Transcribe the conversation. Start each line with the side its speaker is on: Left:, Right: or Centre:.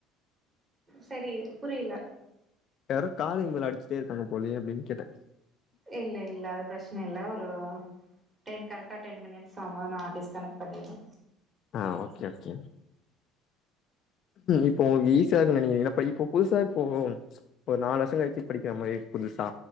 Right: சரி புரியல
Left: யாரோ காலிங்பெல்ல அடிச்சுட்டே இருக்காங்க போலியே அப்டின்னு கேட்டே
Right: இல்ல இல்ல அது பிரச்ச்ன இல்ல ஒரு டென் கரெக்டா டென் மினிட்ஸ் ஆம் போது நா டிஸ்கனெக்ட் பண்ணிடுவே
Left: ஆ ஓகே ஓகே இப்ப உங்களுக்கு ஈஸியா இருக்கு நினைக்கிறீங்ளா இப்ப புதுசா இப்போ ஒரு நாலு வருஷோ கழிச்சு படிக்கிற மாரி புதுசா